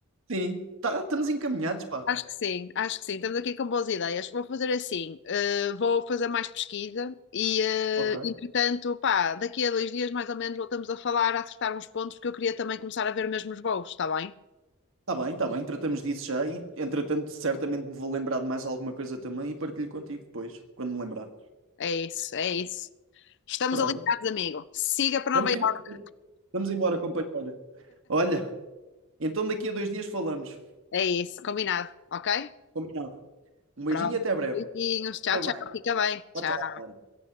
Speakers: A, on the right; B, on the left.
A: sim, tá- estamos encaminhados, pá.
B: Acho que sim, acho que sim. Estamos aqui com boas ideias. Vou fazer assim, eh, vou fazer mais pesquisa e, eh,
A: Ok.
B: entretanto, pá, daqui a dois dias mais ou menos voltamos a falar, a acertar uns pontos, porque eu queria também começar a ver mesmo os voos, está bem?
A: Está bem, está bem, tratamos disso já e, entretanto, certamente me vou lembrar de mais alguma coisa também e partilho contigo depois, quando me lembrar.
B: É isso, é isso. Estamos
A: Pronto.
B: alinhados, amigo. Siga para
A: Estamos,
B: Nova Iorque.
A: sim, senhora. Vamos embora, companheira. Olha, então daqui a dois dias falamos.
B: É isso, combinado, ok?
A: Combinado. Um beijinho
B: Pronto.
A: e até breve.
B: Beijinhos, tchau,
A: Fica
B: tchau.
A: bem.
B: Fica bem,
A: Tchau,
B: tchau.
A: tchau, Mário.